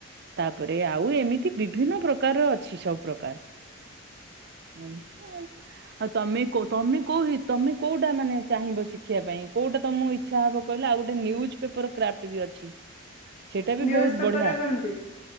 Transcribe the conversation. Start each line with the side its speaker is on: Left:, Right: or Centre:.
Right: ତାପରେ ଆଉ ଏମିତି ବିଭିନ୍ନ ପ୍ରକାରର ଅଛି ସବୁ ପ୍ରକାର। ହୁଁ। ଆଉ ତମେ କ ତମେ କୋଉ ତମେ କୋଉଟା ମାନେ ଚାହିଁବ ଶିଖିବା ପାଇଁ କୋଉଟା ତମ ଇଛା। ଇଛା ହବ କହିଲେ ଆଉ ଗୋଟେ ନ୍ୟୁଜ ପେପର କ୍ରାଫ୍ ଟେ ବି ଅଛି। ସେଟା ବି
Left: ନ୍ୟୁଜ
Right: ବହୁତ
Left: ପେପରରେ
Right: ବଢିଆ।
Left: କେମିତି?